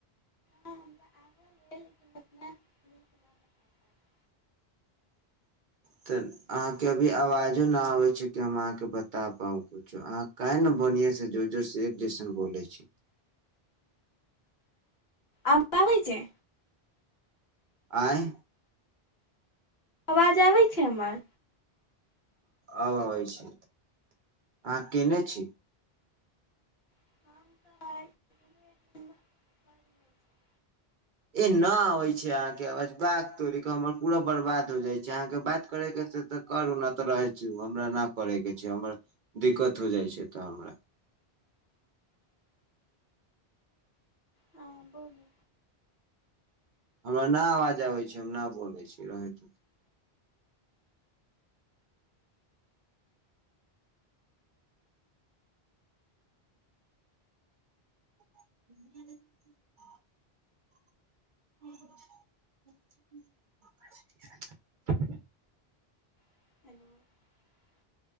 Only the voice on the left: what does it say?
हँ हमरा आबल अइ लेकिन ओतना नीक ना बना पाएब
आब आबै छै
आवाज आबै छै हमर
हम तऽ आइ उहे रूममे घरमे छी
हँ बोलू
<inaudible>